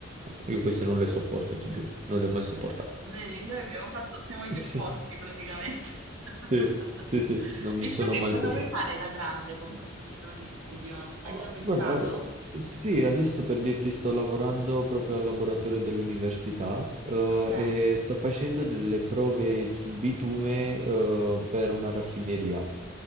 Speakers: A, on the right (about 35°); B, on the right (about 85°).
A: Io queste non le sopporto, ti giuro. Non le ho mai sopportate.
B: Vedi, noi abbiamo fatto, siamo gli
A: <laughs>
B: opposti
A: Sì.
B: praticamente. <laughs>
A: Sì, sì, sì, non
B: E
A: mi sono
B: tu che
A: mai
B: cosa
A: piaciuti.
B: vuoi fare da grande con questo titolo di studio? Hai
A: Ah,
B: già pensato?
A: Guarda, sì, adesso per dirti sto lavorando proprio al laboratorio dell'università eh,
B: Ok. Ma
A: e sto facendo delle prove su bitume eh, per una raffineria.